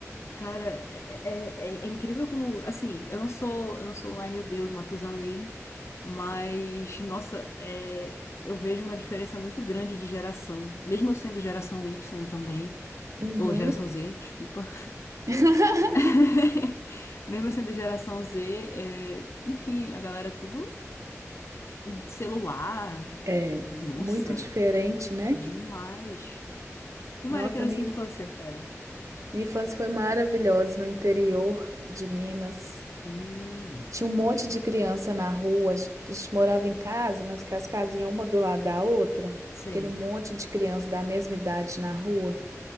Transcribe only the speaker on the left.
Cara, é, é, é- é incrível como, assim, eu não sou, eu não sou, ai meu Deus, Matusalém, mas, nossa, é, eu vejo uma diferença muito grande de geração, mesmo eu sendo geração Y também,
ou geração Z, desculpa.
<laughs> Mesmo eu sendo geração Z, é, enfim, a galera tudo celular,
nossa,
demais. Como
era que era
a sua
infância, cara?
Hum,
sei,